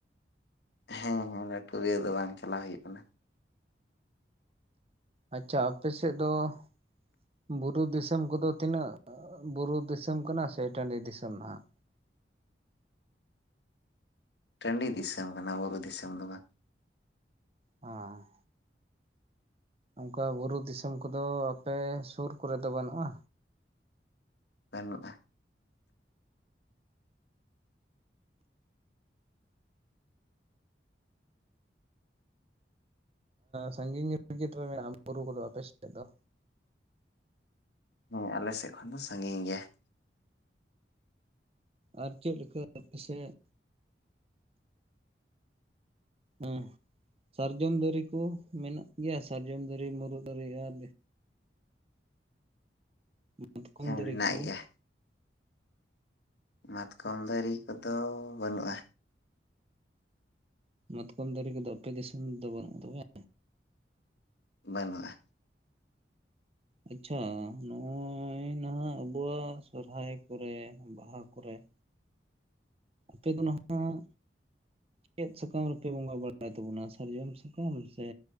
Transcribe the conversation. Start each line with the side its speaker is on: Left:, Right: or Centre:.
Left: ᱦᱮᱸ ᱦᱮᱸ ᱞᱟᱹᱴᱩ ᱵᱤᱨ ᱫᱚ ᱵᱟᱝ ᱪᱟᱞᱟᱣ ᱦᱩᱭᱩᱜ ᱠᱟᱱᱟ ᱾
Right: ᱟᱪᱷᱟ ᱟᱯᱮ ᱥᱮᱫ ᱫᱚ ᱾ ᱵᱩᱨᱩ ᱫᱤᱥᱚᱢ ᱠᱚᱫᱚ ᱛᱤᱱᱟᱹᱜ ᱵᱩᱨᱩ ᱫᱤᱥᱚᱢ ᱠᱟᱱᱟ ᱥᱮ ᱴᱟᱺᱰᱤ ᱫᱤᱥᱚᱢ ᱱᱟᱦᱟᱜ?
Left: ᱴᱟᱺᱰᱤ ᱫᱤᱥᱚᱢ ᱠᱟᱱᱟ ᱵᱩᱨᱩ ᱫᱤᱥᱚᱢ ᱫᱚ ᱵᱟᱝ ᱾
Right: ᱚᱸ ᱾ ᱚᱝᱠᱟ ᱵᱩᱨᱩ ᱫᱤᱥᱚᱢ ᱠᱚᱫᱚ ᱟᱯᱮ ᱥᱩᱨ ᱠᱚᱨᱮ ᱫᱚ ᱵᱟᱹᱱᱩᱜᱼᱟ?
Left: ᱵᱟᱱᱩᱜᱼᱟ ᱾
Right: ᱥᱟᱺᱜᱤᱧ ᱨᱮᱜᱮ ᱛᱚᱵᱮ ᱢᱮᱱᱟᱜᱼᱟ ᱵᱩᱨᱩ ᱠᱚᱫᱚ ᱟᱯᱮ ᱥᱮᱫ ᱫᱚ?
Left: ᱦᱮᱸ ᱟᱞᱮ ᱥᱮᱫ ᱠᱷᱚᱱ ᱫᱚ ᱥᱟᱺᱜᱤᱧ ᱜᱮᱭᱟ ᱾
Right: ᱟᱨ ᱪᱮᱫ ᱞᱮᱠᱟ ᱟᱯᱮ ᱥᱮᱜ? ᱦᱮᱸ ᱥᱟᱨᱡᱚᱢ ᱫᱟᱨᱮ ᱠᱚ ᱢᱮᱱᱟᱜ ᱜᱮᱭᱟ ᱥᱟᱨᱡᱚᱢ ᱫᱟᱨᱮ ᱢᱩᱨᱩᱜ ᱫᱟᱨᱮ ᱟᱨ᱾ ᱢᱟᱛᱠᱚᱢ
Left: ᱦᱮᱸ
Right: ᱫᱟᱨᱮ
Left: ᱢᱮᱱᱟᱜ
Right: ᱠᱚ᱾
Left: ᱜᱮᱭᱟ ᱢᱟᱛᱠᱚᱢ ᱫᱟᱨᱮ ᱠᱚᱫᱚ ᱵᱟᱹᱱᱩᱜᱼᱟ᱾
Right: ᱢᱟᱛᱠᱚᱢ ᱫᱟᱨᱤ ᱠᱚᱫᱚ ᱟᱯᱮ ᱫᱤᱥᱚᱢ ᱫᱚ ᱵᱟ ᱹᱱᱩᱜ ᱛᱟᱯᱮᱭᱟ ᱾
Left: ᱵᱟᱹᱱᱩ ᱟ
Right: ᱟᱪᱷᱟ ᱱᱚᱜᱼᱚᱭ ᱱᱟᱦᱟᱜ ᱟᱵᱩᱣᱟᱜ ᱥᱚᱨᱦᱟᱭ ᱠᱚᱨᱮ ᱵᱟᱦᱟ ᱠᱚᱨᱮᱜ᱾ ᱟᱯᱮ ᱫᱚ ᱱᱟᱦᱟᱜ᱾ ᱪᱮᱫ ᱥᱟᱠᱟᱢ ᱨᱮᱯᱮ ᱵᱚᱸᱜᱟ ᱵᱟᱲᱟᱭ ᱛᱟᱵᱚᱱᱟ ᱥᱟᱨᱡᱚᱢ ᱥᱟᱠᱟᱢ ᱥᱮ?